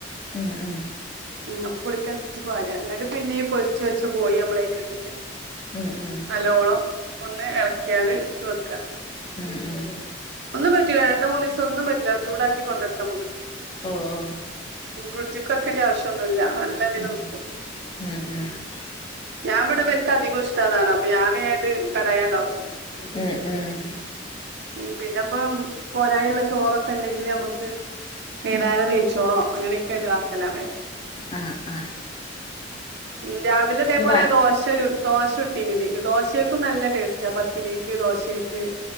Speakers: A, on the left; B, on the right.
A: ഉം ഉം.
B: ഉം അപ്പ പുളിക്കൻസരിച്ച് പാരാ ഇന്നട്ട് പിന്നെ ഈ പൊരിച്ച് വെച്ച കോയി അമ്മള് അയിക്കെട്ടട്ട്
A: ഉം ഉം
B: നല്ലോളം ഒന്ന് എൾക്ക്യാണ്ട് ഇട്ത്ത് വെക്ക.
A: ഉം ഉം ഉം.
B: ഒന്നും പറ്റൂല രണ്ട് മൂന്നീസം ഒന്നും പറ്റൂല ചൂടാക്കി കൊണ്ടടുക്കാംമ്മക്ക്.
A: ആ ആ.
B: ഉം ഫ്രിഡ്ജ് വെക്കേണ്ട ആവശ്യന്നുല്ല നല്ല ഇതിൽ
A: ഉം
B: നിക്കും.
A: ഉം ഉം
B: ഞാൻ ഇവിടെ വൽക്ക് അധികം ഇഷ്ടാതാണ് അപ്പൊ വേഗം ഞാനത് കടായി ഉണ്ടാക്കും.
A: ഉം ഉം
B: ഉ പിന്നെപ്പ പോരായുള്ള ചോറൊക്കെ ഉണ്ടെങ്കില് നമ്മുക്ക് വൈന്നേരം നെയ്ച്ചോറോ അങ്ങനെയൊക്കെയ ഉണ്ട് ആക്കല വേണം
A: ആഹ് ആഹ്
B: ഉം രാവിലെ ഇതേപോലെ
A: ഇവ
B: ദോശ ചുട് ദോശ ചുട്ടീ ന് ഇത്ക്ക് ദോശക്കും നല്ല ടേസ്റ്റാ പത്തിരീക്ക് ദോശക്ക്